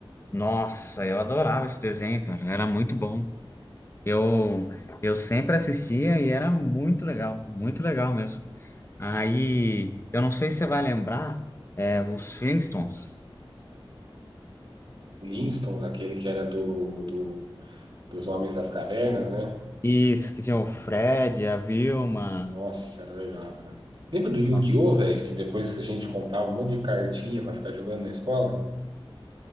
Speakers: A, on the left; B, on the right.
A: Nossa, eu adorava esse desenho, cara. Era muito bom. Eu, eu sempre assistia e era muito legal, muito legal mesmo. Aí, eu não sei se você vai lembrar, é, os Flintstones.
B: Flintstones, aquele que era do, do, dos Homens das Cavernas, né?
A: Isso, que tinha o Fred, a Vilma.
B: Nossa, era legal, cara. Lembra do Yu-Gi-Oh,
A: Não.
B: velho? Que depois a gente comprava um monte de cartinha pra ficar jogando na escola?